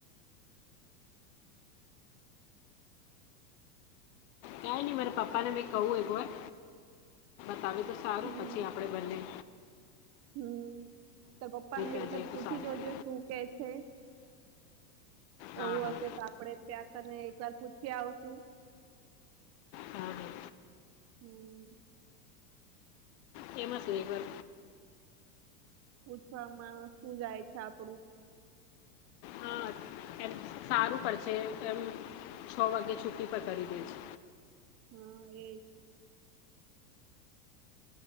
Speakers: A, on the left; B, on the right.
A: કઈ નહી, મારા પપ્પાને મેં કહું એક વાર બતાવે, તો સારું
B: હમ
A: પછી આપડે. બંદ.
B: હમ, તો પપ્પાનેરી
A: ત્યાં
B: વખત
A: જઈએ
B: પૂછી
A: તો સારું
B: જોજો શું કે છે?
A: હા
B: એવું?
A: હા
B: આપે ત્યાંક ને, એક વાર પૂછી આવશું.
A: હા, હા.
B: હમ
A: કેમાં સુક
B: ઓછામાં શું જાય છે, આપડું.
A: હા, એમ સારું પર છે, એમ છ વાગે છુ્ટી પર કરી દે છે.
B: હા, એ.